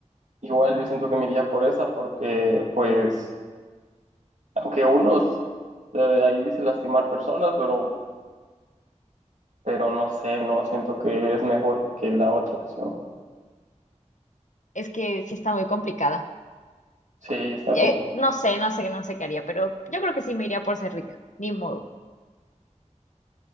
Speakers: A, on the right; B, on the left.
A: igual yo siento que me iría por esa porque, pues, aunque unos, eh, ahí dice lastimar personas, pero, pero no sé, no siento que es mejor que la otra opción.
B: Es que sí está muy complicada.
A: Sí, está
B: Eh,
A: complicado.
B: no sé, no sé, no sé qué haría, pero yo creo que sí me iría por ser rica. Ni modo.